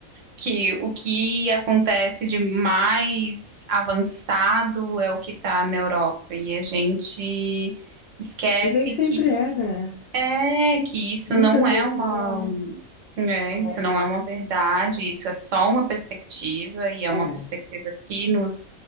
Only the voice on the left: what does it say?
E nem sempre
é, né?
Muitas
vezes
não é
uma regra.
É.